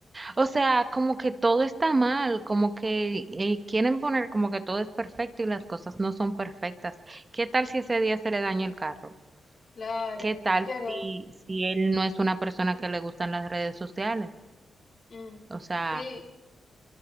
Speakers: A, on the right; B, on the left.
A: o sea, como que todo está mal, como que eh, quieren poner como que todo es perfecto y las cosas no son perfectas. ¿Qué tal si ese día se le dañó el carro?
B: claro,
A: ¿Qué tal
B: claro.
A: si, si él no es una persona que le gustan las redes sociales?
B: Mm,
A: O sea,
B: sí,